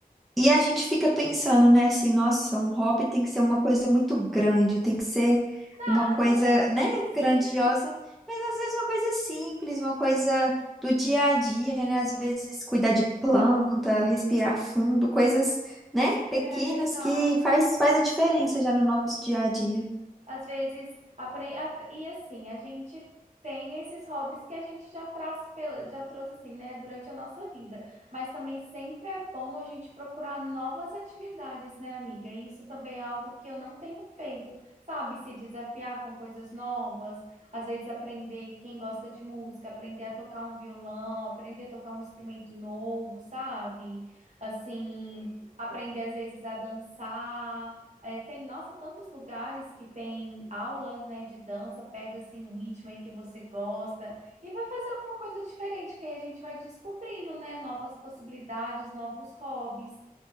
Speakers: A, in the centre; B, on the right (about 50°).
A: E a gente fica pensando, né, assim, nossa, um hobby tem que ser uma coisa muito grande, tem que ser uma
B: Nada,
A: coisa,
B: né?
A: né,
B: Coisa
A: grandiosa,
B: simples.
A: mas às vezes uma coisa simples, uma coisa do dia a dia, né? Às vezes cuidar de planta, respirar fundo, coisas, né, pequenas
B: É verdade.
A: que faz, faz a diferença já no nosso dia a dia.
B: Às vezes, apre- a- e assim, a gente tem esses hobbies que a gente já traz, pela- já trouxe assim, né, durante a nossa vida. Mas também sempre é bom a gente procurar novas atividades, né, amiga? E isso também é algo que eu não tenho feito, sabe? Se desafiar com coisas novas, às vezes aprender quem gosta de música, aprender a tocar um violão, aprender a tocar um instrumento novo, sabe? Assim, aprender às vezes a dançar. É, tem, nossa, tantos lugares que tem aulas, né, de dança, pega assim um ritmo aí que você gosta e vai fazer alguma coisa diferente, que aí a gente vai descobrindo, né, novas possibilidades, novos hobbies.